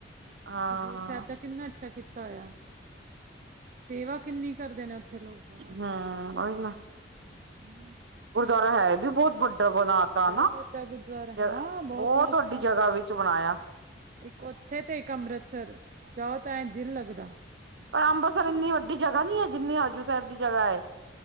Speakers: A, on the right; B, on the right.
A: ਹਾਂ
B: ਹਜ਼ੂਰ ਸਾਹਿਬ ਦਾ। ਕਿੰਨਾ ਅੱਛਾ, ਕੀਤਾ ਹੋਆ। ਸੇਵਾ ਕਿੰਨੀ, ਕਰਦੇ ਨੇ ਉੱਥੇ ਲੋਕ। ਬਾਹ।
A: ਹਮ ਉਹੀ ਨਾ
B: ਹੂੰ।
A: ਗੁਰਦੁਆਰਾ ਹੈ ਵੀ, ਬਹੁਤ ਵੱਡਾ ਬਣਾ। ਤਾ,
B: ਬਹੁਤ
A: ਨਾ,
B: ਵੱਡਾ ਗੁਰਦੁਆਰਾ ਹਾਂ
A: ਜ ਬਹੁਤ
B: ਮਸਤ
A: ਵੱਡੀ
B: ਆ
A: ਜਗਾ, ਵਿੱਚ ਬਣਾਇਆ।
B: ਇੱਕ ਉੱਥੇ ਤੇ, ਇੱਕ ਅੰਮ੍ਰਿਤਸਰ, ਜਾਓ ਤਾਂ ਐ ਦਿਲ ਲੱਗਦਾ।
A: ਪਰ ਅੰਬਰਸਰ ਇੰਨੀ ਵੱਡੀ ਜਗ੍ਹਾ ਨੀ ਹੈ, ਜਿੰਨੀ ਹਜੂਰ ਸਾਹਿਬ ਦੀ ਜਗ੍ਹਾ ਹੈ।